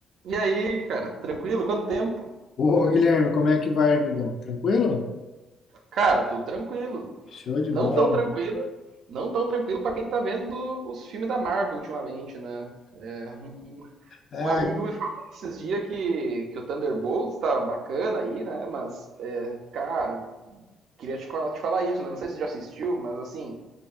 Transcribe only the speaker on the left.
Ô, Guilherme, como é que vai, amigão? Tranquilo?
Show de
bola.
Ah,